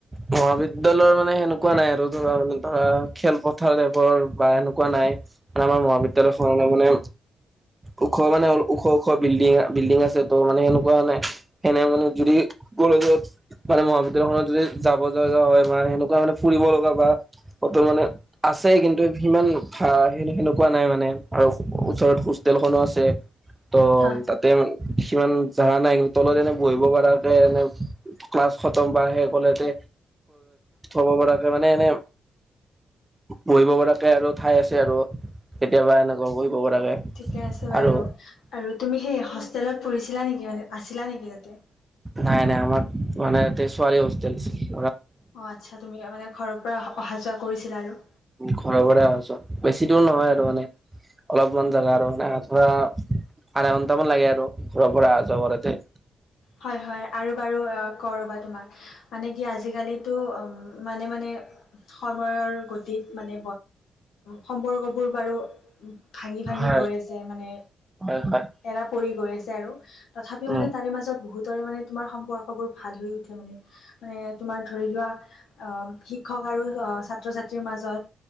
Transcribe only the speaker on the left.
হয়
ঠিকে আছে বাৰু
আৰু তুমি সেই হোষ্টেলত পঢ়িছিলা নেকি মানে আছিলা নেকি তাতে
অ আচ্ছা তুমি মানে ঘৰৰ পৰা অহা যোৱা কৰিছিলা আৰু
হয় হয় আৰু বাৰু কৰ ৰ'বা তোমাক মানে কি আজিকালো মানে মানে সময়ৰ গতিত মানে সম্পৰ্কবোৰ বাৰু ভাঙি ভাঙি
গৈ আছে মানে
এৰা পৰি গৈ আছে আৰু তথাপিও
মানে তাৰে মাজত বহুতৰে সম্পৰ্কবোৰ ভাল হৈ উঠে মানে মানে ধৰি লোৱা শিক্ষক আৰু ছ ছাত্ৰ ছাত্ৰীৰ মাজত